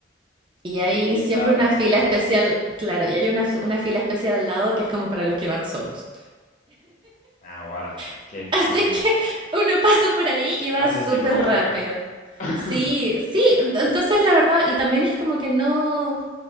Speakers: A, on the right (about 25°); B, on the left (about 40°).
A: y hay
B: y
A: siempre
B: tarda
A: una
B: un
A: fila
B: poquito
A: especial,
B: más.
A: claro, y hay una, fi- una fila especial al lado que es como para los que van solos.
B: Ahora,
A: <laughs>
B: qué fino.
A: Así que uno pasa por ahí y va
B: Ah,
A: súper
B: sí, sí, provoca.
A: rápido.
B: <laughs>
A: Sí, sí, ent- entonces la verdad, y también es como que no,